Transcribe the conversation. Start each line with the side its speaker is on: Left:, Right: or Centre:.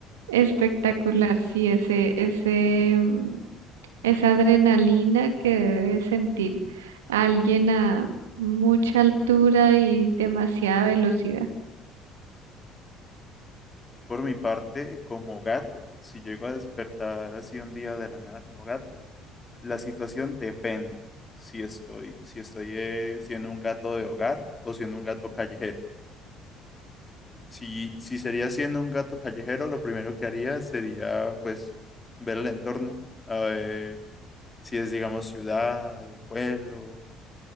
Right: espectacular, sí, ese, ese, mm, esa adrenalina que debe sentir alguien a mucha altura y demasiada velocidad.
Left: Yo, Por mi parte, como gato, si llego a despertar así un día de la nada como gato, la situación depende si estoy, si estoy eh, siendo un gato de hogar o siendo un gato callejero. Si, si sería siendo un gato callejero, lo primero que haría sería pues ver el entorno, a ver si es, digamos, ciudad, un pueblo